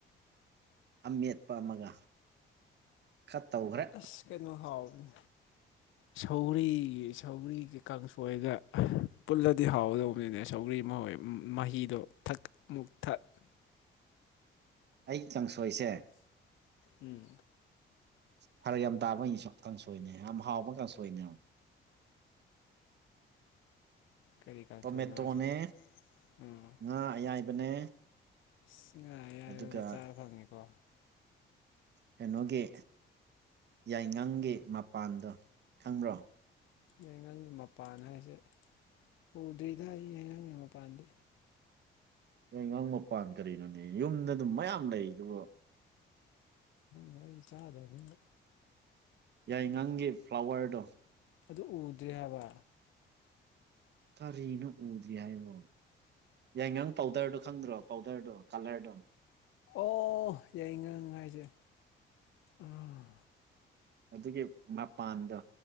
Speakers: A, on the right; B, on the left.
A: ꯑꯃꯦꯠꯄ ꯑꯃꯒ ꯈꯔ ꯇꯧꯒ꯭ꯔꯦ
B: ꯑꯁ ꯀꯩꯅꯣ ꯍꯥꯎꯕꯅꯤ
A: <inaudible>
B: ꯁꯧꯒ꯭ꯔꯤ ꯁꯧꯒ꯭ꯔꯤꯒꯤ ꯀꯥꯡꯁꯣꯏꯒ ꯄꯨꯜꯂꯗꯤ ꯍꯥꯎꯒꯗꯧꯕꯅꯤꯅꯦ ꯁꯧꯒ꯭ꯔꯤ ꯃꯍꯣꯏ ꯃꯍꯤꯗꯣ ꯊꯛ ꯃꯨꯛ ꯊꯛ
A: ꯑꯩ ꯀꯪꯁꯣꯏꯁꯦ
B: ꯎꯝ
A: ꯐꯔꯛ ꯌꯥꯝ ꯇꯥꯕ ꯑꯩꯁꯨ ꯀꯥꯡꯁꯣꯏꯅꯦ ꯌꯥꯝ ꯍꯥꯎꯕ ꯀꯥꯡꯁꯣꯏꯅꯦꯕ
B: ꯀꯔꯤ ꯀꯥꯡꯁꯣꯏꯅꯣ
A: ꯇꯣꯃꯦꯇꯣꯅꯦ
B: ꯍꯥꯏꯁꯤꯕꯣ ꯎꯝ
A: ꯉꯥ ꯑꯌꯥꯏꯕꯅꯦ
B: ꯑꯁ ꯉꯥ ꯑꯌꯥꯏꯕꯒ
A: ꯑꯗꯨꯒ
B: ꯆꯥꯕ ꯐꯪꯉꯤꯀꯣ
A: ꯀꯩꯅꯣꯒꯤ ꯌꯥꯏꯒꯪꯒꯤ ꯃꯄꯥꯟꯗꯣ ꯈꯪꯕ꯭ꯔꯣ
B: ꯌꯥꯏꯒꯪꯒꯤ ꯃꯄꯥꯟ ꯍꯥꯏꯁꯦ ꯎꯗ꯭ꯔꯤꯗ ꯑꯩ ꯌꯥꯏꯒꯪꯒꯤ ꯃꯄꯥꯟꯗꯤ
A: ꯌꯥꯏꯉꯪ ꯃꯄꯥꯟ ꯀꯔꯤꯅꯣꯅꯦ ꯌꯨꯝꯗ ꯑꯗꯨꯝ ꯃꯌꯥꯝ ꯂꯩꯔꯤꯗꯨꯕꯨ
B: ꯉꯥꯔꯤ ꯆꯥꯗꯕꯅꯤꯅ
A: ꯌꯥꯏꯉꯪꯒꯤ ꯐ꯭ꯂꯥꯋꯔꯗꯣ
B: ꯑꯗꯨ ꯎꯗ꯭ꯔꯤ ꯍꯥꯏꯕ
A: ꯀꯔꯤꯅꯣ ꯎꯗ꯭ꯔꯤ ꯍꯥꯏꯕꯣ ꯌꯥꯏꯉꯪ ꯄꯥꯎꯗ꯭ꯔꯗꯣ ꯈꯪꯗ꯭ꯔꯣ ꯄꯥꯎꯗ꯭ꯔꯗꯣ ꯀꯂ꯭ꯔꯗꯣ
B: ꯑꯣ ꯌꯥꯏꯉꯪ ꯍꯥꯏꯁꯦ ꯎꯝ
A: ꯑꯗꯨꯒꯤ ꯃꯄꯥꯟꯗꯣ